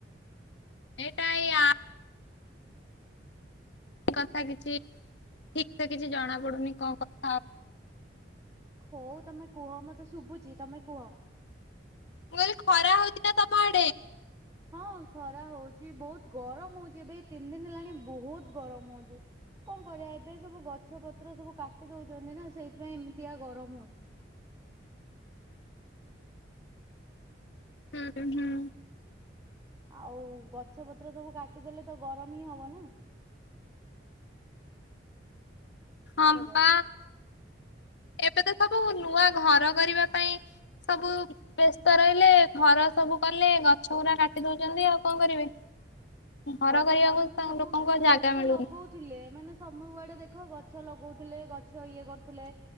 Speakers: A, on the left; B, on the right.
A: ଏଟା ଏ ଆପ। କଥା କିଛି ଠିକସେ କିଛି ଜଣା ପଡୁନି। କଣ କଥା
B: ହଉ ତମେ କୁହ ମତେ। ତ ଶୁଭୁଛି ତମେ କୁହ।
A: ମୁଁ କହିଲି ଖରା ହଉଛି ନା ତମ ଆଡେ।
B: ହଁ। ଖରା ହଉଛି ବହୁତ ଗରମ ହଉଛି ଏବେ ତିନି ଦିନ ହେଲାଣି ବହୁତ ଗରମ ହଉଛି କଣ କରି ବା ଏବେ ସବୁ ଗଛ ପତ୍ର ସବୁ କାଟି ଦଉଛନ୍ତି ନା ସେଇଥିପାଇଁ ଏମିତିଆ ଗରମ ହଉଛି।
A: ହୁଁ ହୁଁ।
B: ଆଉ ଗଛ ପତ୍ର ସବୁ କାଟିଦେଲେ ତ ଗରମ ହିଁ ହବ ନା। କଣ
A: ହଁ
B: କରିବା।
A: ବା ଏବେ ତ ସବୁ ନୂଆ ଘର କରିବା ପାଇଁ। ସବୁ ବ୍ୟସ୍ତ ରହିଲେ ଘର ସବୁ କଲେ ଗଛ ଗୁରା କାଟି ଦଉଛନ୍ତି ଆଉ କଣ କରିବେ। ଘର
B: ଗଛ
A: କରିବାକୁ
B: ଆଗରୁ
A: ତାଙ୍କ
B: ସବୁ
A: ଲୋକଙ୍କ ଜାଗା
B: ଗଛ
A: ମିଳୁନି।
B: ଲଗଉଥିଲେ ଏମାନେ ସବୁ ଆଡେ ଦେ ଖ ଗଛ ଲଗଉ ଥିଲେ ଗଛ ଇଏ କରୁଥିଲେ।